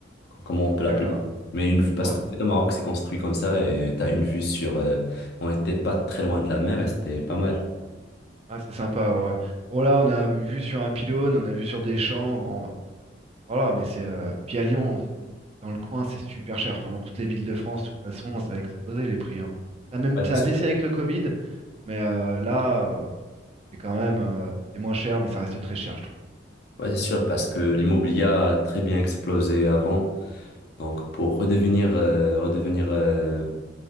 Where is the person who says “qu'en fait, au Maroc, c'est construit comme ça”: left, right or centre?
Left